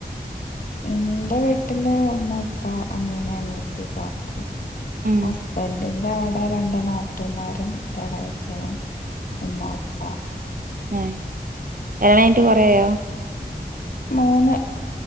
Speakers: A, on the left; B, on the right.
A: ഇന്റെ വീട്ടില് ഉമ്മ ഉപ്പ അനിയൻ അനിയത്തി കാ ക്കു
B: ഉം
A: ഹസ്ബന്റ് ൻന്റെവടെ രണ്ട് നാത്തമാരും ഒരേളേച്ഛനും ഉമ്മ ഉപ്പ
B: ഏഹ് കല്യാണം കഴിഞ്ഞിട്ട് കുറേ ആയോ
A: മൂന്ന്